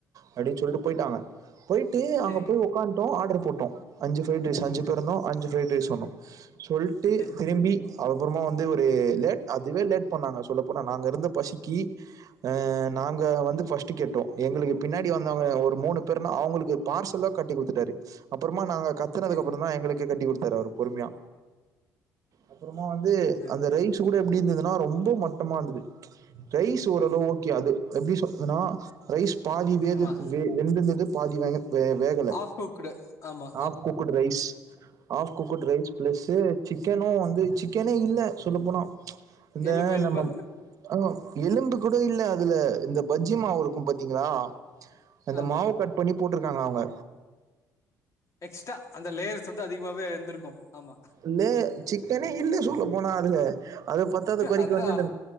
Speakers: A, on the right; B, on the left.
A: அப்டின் சொல்ட்டு போய்ட்டாங்க போய்ட்டு அங்க
B: சரி
A: போய் ஒக்காந் ட்டோ ஆர்டர் போட்டோ அஞ்சு ப்ஃரைட் ரைஸ் அஞ்சு பேருந்து அஞ்சு ப்ஃரைட் ரைஸ் சொன்னோ சொல்லிட்டு
B: சரி
A: திரும்பி அப்புறமா வந்து இவுரு லேட் அதுவே லேட் பண்ணாங்க சொல்லப்போனா நாங்க இருந்த பஸிக்கி அ நாங்க வந்து ஃபஸ்ட்டு கேட்டோ எங்களுக்கு பின்னாடி வந்தவங்க ஒரு மூணு பேருனா அவங்களுக்கு பார்சலா கட்டி குடுத்துட்டாரு அப் அப்புறமா நாங்க கத்துனதுக்கு
B: ஓகே
A: அப்புறோ தா எங்களுக்கு கே கட்டி கொடுத்தாரு அவுருப் பொறுமையா அப்புறமா வந்து
B: சரி
A: அந்த
B: சரி
A: ரைஸ் கூட எப்பிடி இருந்ததுனா னா ரொம்ப மட்டமா இருந்தது ரைஸ் ஓரளவு ஓகே அது எப்பிடி சொல் எனா ரைஸ் பாதி வேது
B: ஆமா
A: வெந்துருந்தது பாதி வேக வே வேகல
B: ஆஃப் குக்குடு ஆமா
A: half cooked rice, half cooked rice plus sick chicken வந்து சிக்கனே இல்ல சொல்ல போனா இந்த
B: எலும்பு எலும்பா
A: நம்ம அ எலும்பு கூட இல்ல இல்ல இந்த பஜ்ஜி மாவு இருக்கும் பாத்தீங்களா அந்த
B: ஆமா
A: மாவ கட் பண்ணி போட்ருக்காங்க அவுங்க
B: எக்ஸ்ட்ரா அந்த லேயர்ஸ் வந்து அதிகமாவே இருந்திருக்கு ஆமா
A: இல்லே சிக்கனே இல்ல சொல்லப் போனா அதுல அத பத்தாத கொறைக்கு
B: அதுதா
A: வந்து அந்த